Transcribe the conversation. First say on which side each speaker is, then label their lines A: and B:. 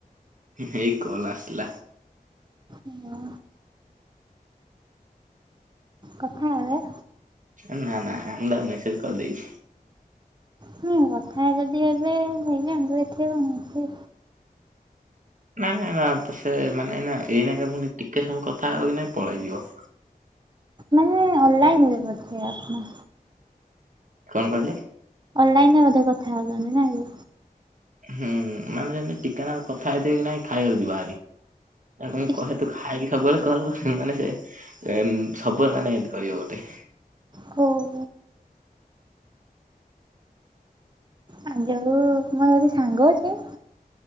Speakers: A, on the right (about 55°); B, on the right (about 30°).
A: ହେଇ କଲ୍ ଆସଲା।
B: ଇ ମା କଥା ହେବେ?
A: ନା, ନା, ଆମୁଁ ତାକୁ ମେସେଜ କରିଦେଇଛି।
B: ନୁ କଥା ଯଦି ହେବେ, ହେଇଯାଆନ୍ତୁ, ଏଥିରେ କଣ ଅଛି?
A: ନାଇଁ, ନାଇଁ, ନା ତ ସେ ମାନେନା ଏଇନାକେ ପୁଣି ଟିକେ ସମୟ କଥା ହବ କି ନାଇଁ, ପଳେଇଯିବ।
B: ମାନେ ଅନ୍ଲାଇନ୍ ରେ ବୋଧେ ଆପଣ!
A: କଣ କହିଲେ?
B: ଅଲ୍ ଲାଇନ୍ ରେ ବଧେ କଥା ହଉଛନ୍ତି ନାକି?
A: ହୁଁ, ମାନେ ଏନେ ଟିକେନାକୁ କଥା ହେଇଥିବ କି ନାଇଁ! ଖାଇବାକୁ ଯିବ ଭାରି। ତାକୁ ମୁଁ,
B: କି?
A: କହେ ତୁ ଖାଇ ସବୁବେଳେ କଲ୍ କରେ, ମାନେ ସେ ଏମ୍ ସବୁବେଳେ ମାନେ ଏଁତି କରିବ ଗୋଟେ।
B: କୋବ ଆ ଯୋଉ ମୋର ଯଦି ସାଙ୍ଗ ଅଛି।